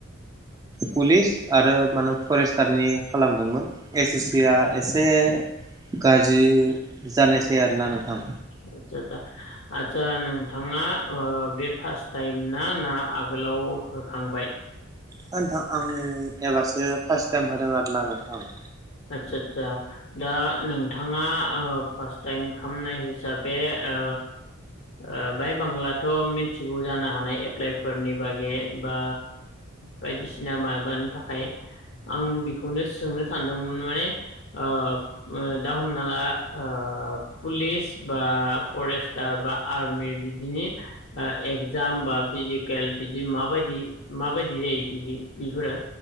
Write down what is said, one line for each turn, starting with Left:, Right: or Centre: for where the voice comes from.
Right: पुलिस आरो मा होनो फरेस्टारनि खालामदोंमोन। एस एस सि आ एसे गाज्रि। जानायसै आरोना नोंथां।
Left: आदसा आदसा आदसा नोंथाङा ओ बे फार्स्ट टाइम ना ना आगोलाव होखांबाय।
Right: नोंथां आं एबारसो फार्स्ट टाइम होदों आरोना नोंथां।
Left: आदसा आतसा दा नोंथाङा ओ फार्स्ट टाइम होननाय हिसाबै ओ ओ बाय बांलाथ' मिथिगौ जानो हानाय एप्लाइफोरनि बागै बा बायदिसिना माबानि थाखाय आं बेखौनो सोंनो सानदोंमोन। माने ओ दा हमना ला ओ पुलिस बा फरेस्टार बा आर्मि बिदिनि ओ एगजाम बा फिजिकेल बिदि माबायदि माबायदि जायो बिदि बेफोरो